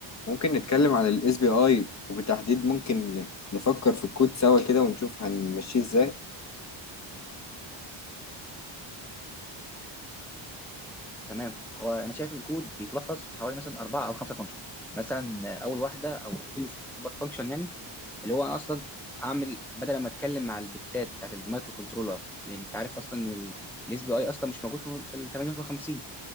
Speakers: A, on the left; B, in the centre.
A: ممكن نتكلم عن الاس بي اي وبالتحديد ممكن نفكر في الكود سوا كده ونشوف هنمشيه ازاي
B: تمام هو انا شايف ان الكود بيتلخص في حوالي مثلا اربعه او خمسه فانكشن مثلا آه، اول واحده او تعتبر فانكشن يعني اللي هو انا اصلا اعمل بدل ما اتكلم مع البتات بتاعت المايكرو كنترولر لان انت عارف اصلا ان الاس بي اي اصلا مش موجود في في ال 851